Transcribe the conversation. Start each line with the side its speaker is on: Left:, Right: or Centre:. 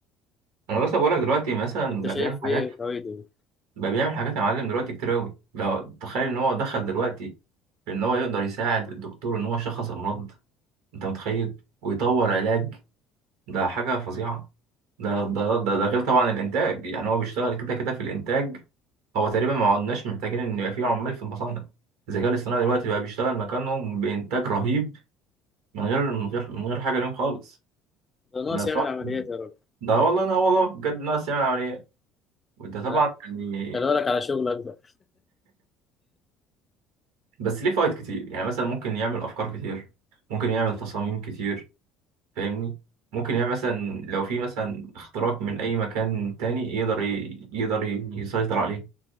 Right: انا بس بقول لك دلوقتي مثلا
Left: انت
Right: بقى
Left: شايف
Right: بيعمل حاجات
Left: ايه فوائده
Right: بقى بيعمل حاجات يا معلم دلوقتي كتير قوي لو تخيل ان هو دخل دلوقتي في ان هو يقدر يساعد الدكتور ان هو يشخص امراض انت متخيل ويطور علاج ده حاجه فظيعه ده ده ده, ده غير طبعا الانتاج يعني هو بيشتغل كده كده في الانتاج هو تقريبا ما عدناش محتاجين ان يبقى في عمال في المصانع الذكاء الاصطناعي دلوقتي بقى بيشتغل مكانهم بانتاج رهيب من غير من غير من غير حاجه ليهم خالص
Left: ده ناقص
Right: ده طبعا
Left: يعمل عمليات يا راجل
Right: ده والله لا والله بجد ناس يعمل عمليات وده طبعا
Left: آه،
Right: يعني
Left: خلي بالك على شغلك بقى
Right: بس ليه فوائد كتير يعني مثلا ممكن يعمل افكار كتير ممكن يعمل تصاميم كتير فاهمني ممكن يعمل مثلا لو في مثلا اختراق من اي مكان تاني يقدر ي- يقدر ي- يسيطر عليه